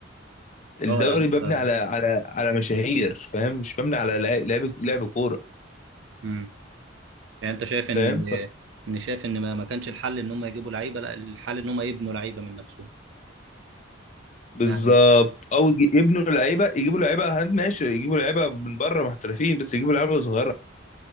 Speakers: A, on the left; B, on the right.
A: الدوري
B: اه يعني
A: مبني
B: انت
A: على على على مشاهير فاهم مش مبني على لع- لعب لعب كوره
B: مم. يعني انت شايف ان
A: فاهم ف...
B: ان شايف ان ما ما كانش الحل ان هم يجيبوا لعيبه لا الحل ان هم يبنوا لعيبه من نفسهم
A: بالظبط
B: يعني
A: او يج- يبنوا لعيبه يجيبوا لعيبه هاند ماشي يجيبوا لعيبه من بره محترفين بس يجيبوا لعيبه صغيره